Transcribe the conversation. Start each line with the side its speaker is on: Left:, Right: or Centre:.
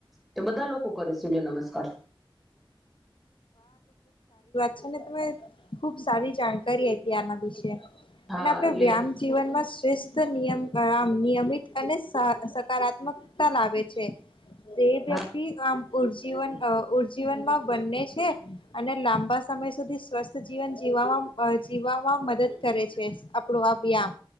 Centre: તો બધા લોકો કરે. સૂર્ય નમસ્કાર
Left: છેન તમે ખુબ સારી જાણકારી આયપી આના વિશે.
Centre: હા
Left: અને આપણે
Centre: એટલે
Left: વ્યામ જીવનમાં શ્રેષ્ઠ નિયમ. વ્યાયામ નિયમિત અને સા સકારાત્મકતા લાવે છે. તે
Centre: હા
Left: વ્યક્તિ આમ ઉર્જીવન અ ઉર્જીવનમાં બને છે અને લાંબા સમય સુધી સ્વસ્થ જીવન જીવામાં જીવવામાં મદદ કરે છે આપણો આ વ્યામ